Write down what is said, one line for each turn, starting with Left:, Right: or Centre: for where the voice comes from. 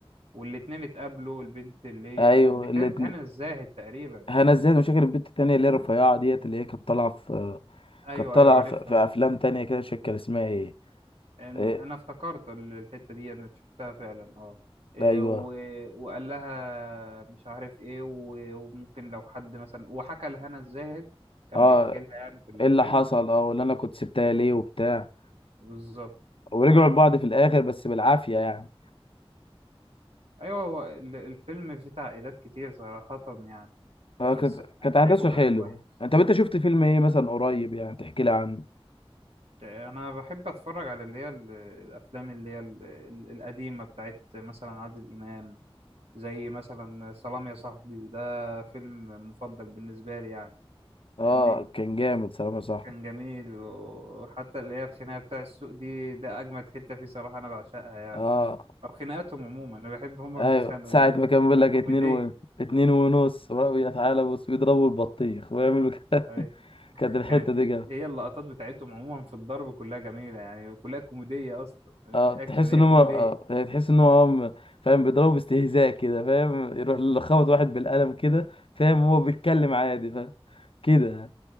Right: والاتنين اتقابلوا البنت اللي
Left: ايوه
Right: هي دي كانت
Left: الاتنين
Right: هنا الزاهد تقريبا
Left: هنا ازاي مش فاكر البنت التانيه اللي هي
Right: <clears throat>
Left: رفيعه ديت اللي هي كانت طالعه في
Right: ايوه
Left: كانت طالعه
Right: ايوه عارفها
Left: في في
Right: عارفها
Left: افلام تانيه كده مش فاكر اسمها ايه
Right: أم-
Left: إيه،
Right: انا افتكرت ال- الحته دي انا شفتها فعلا اه إيه،
Left: ايوه
Right: و- وقال لها مش عارف ايه و- وممكن لو حد مثلا وحكى لهنا الزاهد كان
Left: اه
Right: بيحكي لها يعني في الفيلم
Left: ايه اللي حصل اه ولا انا كنت سبتها ليه وبتاع
Right: بالظبط
Left: ورجعوا لبعض في الاخر بس بالعافيه يعني
Right: ايوه هو ال- الفيلم فيه تعقيدات كتير صراحه يعني
Left: اه
Right: بس
Left: كانت
Right: أنا
Left: كانت
Right: شايفه
Left: احداثه
Right: كان
Left: حلو
Right: كويس
Left: انت طب انت شفت فيلم ايه مثلا قريب يعني تحكي لي عنه
Right: انا بحب اتفرج على اللي هي ال- الافلام اللي هي ال- ال- القديمه بتاعت مثلا عادل امام زي مثلا سلام يا صاحبي ده فيلم مفضل بالنسبه لي يعني
Left: اه
Right: فاهمني
Left: كان جامد سلام يا صاحبي
Right: كان جميل وحتى اللي هي الخناقه بتاع السوق دي ده اجمد حته فيه صراحه انا بعشقها يعني
Left: اه
Right: او خناقاتهم عموما انا بحب هما
Left: ايوه
Right: <laughs> بيتخانقوا
Left: ساعة
Right: يعني
Left: ما كان بيقول لك
Right: كوميديه
Left: اتنين و... اتنين ونص وراهم يتعالى بص بيضربوا البطيخ ويعملوا كده
Right: أي.
Left: <laughs> كانت الحتة
Right: كانت
Left: دي جامدة
Right: هي اللقطات بتاعتهم عموما في الضرب كلها جميله يعني كلها كوميديه اصلا مش
Left: اه
Right: اكشن
Left: تحس
Right: هي
Left: ان هم
Right: كوميديه
Left: اه يعني تحس ان هم فاهم بيضربوا باستهزاء كده فاهم يروح خبط واحد بالقلم كده فاهم هو بيتكلم عادي فاهم كده يعني.